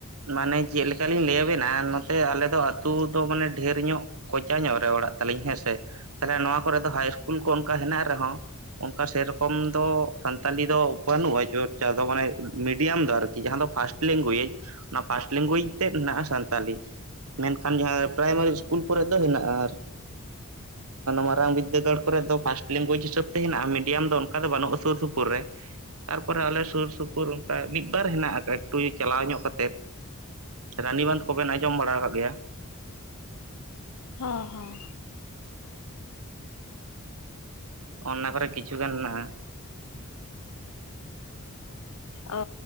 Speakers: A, on the right; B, on the left.
A: ᱢᱟᱱᱮ ᱪᱮᱫᱠᱟᱞᱤᱧ ᱞᱟᱹᱭᱟᱵᱮᱱᱟ ᱱᱚᱛᱮ ᱟᱞᱮ ᱫᱚ ᱟᱹᱛᱩ ᱫᱚ ᱢᱟᱱᱮ ᱰᱷᱮᱨ ᱧᱚᱜ ᱠᱚᱪᱟ ᱧᱚᱜ ᱨᱮ ᱚᱲᱟᱜ ᱛᱟᱹᱞᱤᱧ ᱦᱮᱸᱥᱮ ᱛᱟᱦᱚᱞᱮ ᱱᱚᱣᱟ ᱠᱚᱨᱮ ᱫᱚ ᱦᱟᱭ ᱤᱥᱠᱩᱞ ᱠᱚ ᱚᱱᱠᱟ ᱦᱮᱱᱟᱜ ᱨᱮᱦᱚᱸ ᱚᱱᱠᱟ ᱥᱮᱨᱚᱠᱚᱢ ᱫᱚ ᱥᱟᱱᱛᱟᱞᱤ ᱫᱚ ᱵᱟᱹᱱᱩᱜ-ᱟ ᱪᱚᱨᱪᱟ ᱫᱚ ᱢᱟᱱᱮ ᱢᱤᱰᱤᱭᱟᱢ ᱫᱚ ᱟᱨᱠᱤ ᱡᱟᱦᱟᱸ ᱫᱚ ᱯᱷᱟᱥᱴ ᱞᱮᱝᱜᱩᱭᱮᱡᱽ ᱚᱱᱟ ᱯᱷᱟᱥᱴ ᱞᱮᱝᱜᱩᱭᱮᱡᱽ ᱛᱮᱫ ᱢᱮᱱᱟᱜ-ᱟ ᱥᱟᱱᱛᱟᱞᱤ ᱢᱮᱱᱠᱷᱟᱱ ᱡᱟᱦᱟᱸ ᱯᱨᱟᱭᱢᱟᱨᱤ ᱤᱥᱠᱩᱞ ᱠᱚᱨᱮᱜ ᱫᱚ ᱦᱮᱱᱟᱜ-ᱟ᱾ᱟᱨ ᱢᱟᱨᱟᱝ ᱵᱤᱫᱽᱫᱟᱹᱜᱟᱲ ᱠᱚᱨᱮ ᱫᱚ ᱯᱷᱟᱥᱴ ᱞᱮᱝᱜᱩᱭᱮᱡᱽ ᱦᱤᱥᱟᱹᱵ ᱛᱮ ᱦᱮ-ᱟ ᱢᱤᱰᱤᱭᱟᱢ ᱫᱚ ᱚᱱᱠᱟ ᱫᱚ ᱵᱟᱹᱱᱩᱜ-ᱟ ᱥᱩᱨ ᱥᱩᱯᱩᱨ ᱨᱮ᱾ ᱛᱟᱨᱯᱚᱨᱮ ᱟᱞᱮ ᱥᱩᱨ ᱥᱩᱯᱩᱨ ᱚᱱᱠᱟ ᱢᱤᱫ ᱵᱟᱨ ᱦᱮᱱᱟᱜ ᱟᱠᱟᱜ-ᱟ ᱮᱠᱴᱩᱭ ᱪᱟᱞᱟᱣ ᱧᱚᱜ ᱠᱟᱛᱮᱫ᱾ ᱨᱟᱱᱤ ᱵᱟᱸᱫᱷ ᱠᱚᱵᱮᱱ ᱟᱸᱡᱚᱢ ᱵᱟᱲᱟ ᱠᱟᱫ ᱜᱮᱭᱟ᱾
B: ᱦᱚᱸ ᱦᱚᱸ
A: ᱚᱱᱟ ᱠᱚᱨᱮ ᱠᱤᱪᱷ ᱜᱟᱱ ᱢᱮᱱᱟᱜ-ᱟ᱾
B: ᱚ